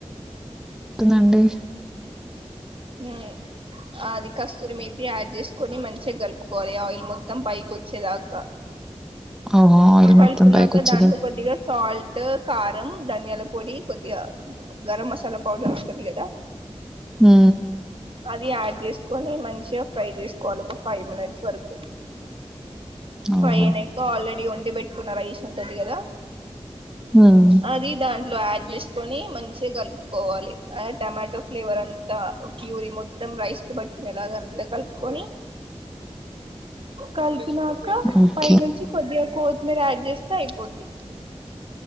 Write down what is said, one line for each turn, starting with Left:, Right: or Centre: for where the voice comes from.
Centre: తినండి
Right: మ్మ్ అ అది కస్తూరి మీరు యాడ్ చేసుకొని మంచిగా కలుపుకోవాలి ఆయిల్ మొత్తం పైకి వచ్చేదాక
Centre: ఓహో ఆయిల్
Right: కలుపుకున్నాక
Centre: మొత్తం పైకి వచ్చిదా
Right: దాంట్లో కొద్దిగా సాల్ట్ కారం ధనియాల పొడి కొద్దిగా గరం మసాలా పౌడర్ ఉంటది కదా
Centre: మ్మ్
Right: అది యాడ్ చేసుకొని మంచిగా ఫ్రై చేసుకోవాలి ఒక ఫైవ్ మినిట్స్ వరకు ఫైన్యికు
Centre: ఓహో!
Right: ఆల్రెడీ ఉంట పెట్టుకున్నరా ఈశాన్ ఉంటది కదా
Centre: హ్మ్.
Right: అది దానికి ఇట్లా యాడ్ చేసుకొని మంచిగా కలుపుకోవాలి టమాటో ఫ్లేవర్ అంతా ప్యూరి మొత్తం రైస్ కి పట్టుకునేలాగ అంత కలుపుకొని కలిపినక
Centre: ఓకే.
Right: పై నుంచి కొద్దిగా కోతిమర యాడ్ చేస్తే అయిపోద్ది